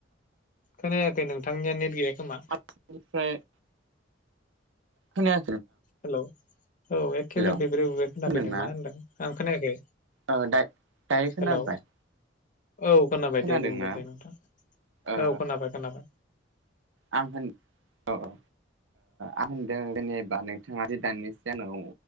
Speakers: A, on the left (about 45°); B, on the right (about 80°).
A: खोनायाखै नोंथांनिया नेट गैया। खोमा
B: <unintelligible> खोनाया
A: हेलौ। औ एखेबारे
B: हेलौ
A: बेब्रे बुब्रे खोनाफैदों
B: खोनादोंना
A: मा होनदों? ओं खोनायाखै?
B: ओ दा-दायो खोनाबाय?
A: हेलौ औ खोनाबाय
B: खोनादोंना
A: दे बुंदो दे नोंथां
B: ओ
A: औ खोनाबाय खोनाबाय।
B: आं होन औ औ ओ आं होनदों जेनेबा नोंथाङा जि दानि सिगानाव